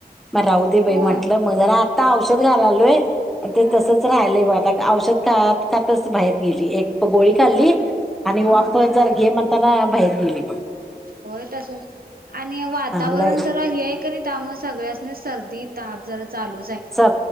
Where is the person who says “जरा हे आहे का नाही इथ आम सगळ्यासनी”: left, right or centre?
Right